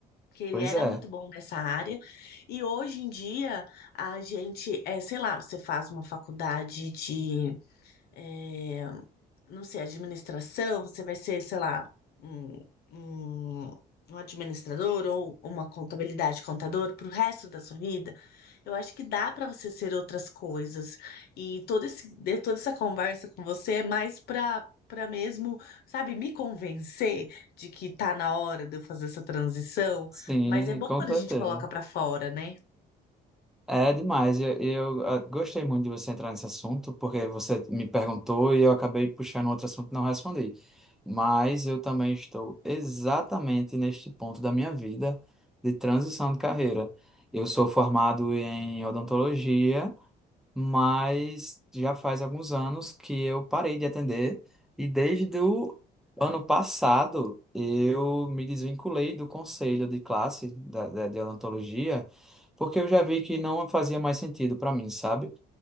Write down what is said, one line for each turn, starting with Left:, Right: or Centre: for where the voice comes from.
Left: Que ele
Centre: Pois
Left: era
Centre: é,
Left: muito bom nessa área, e hoje em dia a gente, é, sei lá, você faz uma faculdade de, é, não sei, administração, você vai ser, sei lá, um, um, um administrador ou uma contabilidade contador para o resto da sua vida. Eu acho que dá para você ser outras coisas. E todo esse, de- toda essa conversa com você é mais para para mesmo, sabe, me convencer de que tá na hora de eu fazer essa transição.
Centre: sim,
Left: Mas é bom
Centre: com
Left: quando
Centre: certeza.
Left: a gente coloca para fora, né?
Centre: É demais. Eu, eu, ah, gostei muito de você entrar nesse assunto, porque você me perguntou e eu acabei puxando um outro assunto e não respondi. Mas eu também estou exatamente neste ponto da minha vida de transição
Left: Sim,
Centre: de carreira. Eu sou formado em odontologia mas já faz alguns anos que eu parei de atender e desde o ano passado eu me desvinculei do conselho de classe da, da, de odontologia, porque
Left: sim.
Centre: eu já vi que não fazia mais sentido para mim, sabe?